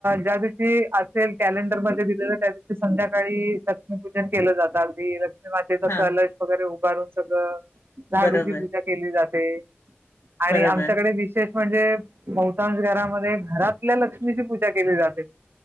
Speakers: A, on the right; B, on the left.
A: ज्या दिवशी असेल कॅलेंडरमध्ये दिलेल त्या संध्याकाळी लक्ष्मीपूजन केल जात अगदी मच
B: हा
A: अलज वगैरे उभारून सगळ.. झाडूची
B: बरोबर
A: पूजा केली जाते आणि
B: बरोबर
A: आमच्या विशेष म्हणजे बहुताश घरामध्ये घरातल्या लक्ष्मीची पूजा केली जाते.